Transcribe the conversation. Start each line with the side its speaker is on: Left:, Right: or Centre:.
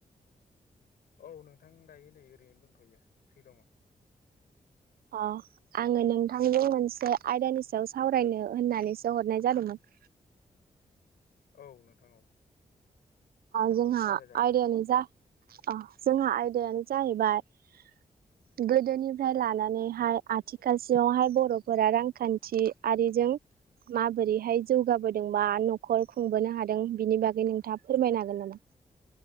Left: औ नोंथां दायो नै ओरैनो दंथ'यो फ्रि दङ।
Right: अह आङो नोंथांजों मोनसे आयदानि सायाव सावरायनो होननानैसो हरनाय जादोंमोन
Left: औ नोंथां औ
Right: जोंहा
Left: सावरायजागोन
Right: आयदायानो
Left: दे
Right: जा जोंहा आयदायानो जाहैबाय <inaudible> गोदोनिफ्राय लानानैहाय आथिखालसिआवहाय बर'फोरा रांखान्थि आरिजों माबोरैहाय जौगाबोदोंबा न'खर खुंबोनो हादों बिनि बागै नोंथाङा फोरमायनो हागोन नामा